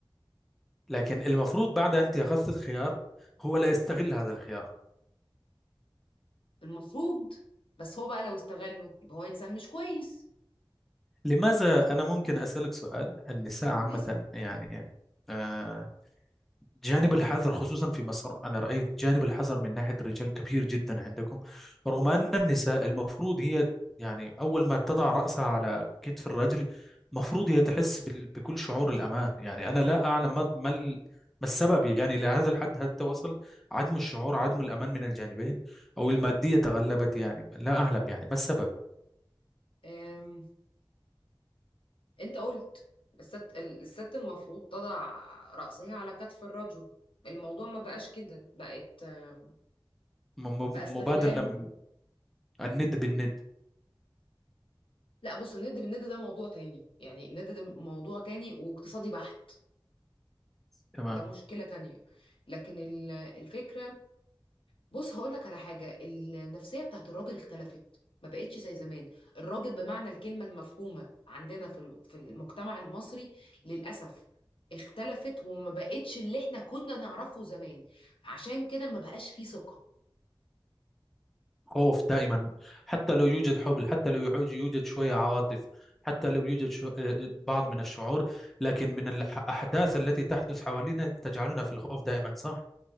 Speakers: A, in the centre; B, on the left.
A: لكن المفروض بعد أنت أخذت الخيار هو لا يستغل هذا الخيار
B: المفروض بس هو بقى لو استغله يبقى هو انسان مش كويس
A: لماذا أنا ممكن أسألك سؤال النساء عامة
B: كويس
A: يعني آه، جانب الحذر خصوصا في مصر أنا رأيت جانب الحذر من ناحية الرجال كبير جدا عندكم رغم أن النساء المفروض هي يعني أول ما تضع رأسها على كتف الرجل مفروض هي تحس بال- بكل شعور الأمان يعني أنا لا أعلم ما ما ال- ما السبب يعني إلى هذا الحد حتى وصل عدم الشعور عدم الأمان من الجانبين أو المادية تغلبت يعني لا أعلم يعني ما السبب
B: أم... انت قلت الست الست المفروض تضع رأسها على كتف الرجل الموضوع ما بقاش كده بقت آم،
A: م- م-
B: بقى استغلال
A: مبادلة م- الند بالند
B: لا بص الند بالند ده موضوع تاني يعني الند ده موضوع تاني واقتصادي بحت
A: تمام
B: ده مشكلة تانية لكن ال- الفكرة بص هقول لك على حاجة النفسية بتاعت الراجل اختلفت ما بقتش زي زمان الراجل بمعنى الكلمة المفهومة عندنا في ال- في المجتمع المصري للأسف اختلفت وما بقتش اللي احنا كنا نعرفه زمان عشان كده ما بقاش فيه ثقة
A: خوف دائما حتى لو يوجد حب حتى لو يعوج- يوجد شوية عواطف حتى لو يوجد شو... آه، بعض من الشعور لكن من الأحداث التي تحدث حوالينا تجعلنا في الخوف دائما صح؟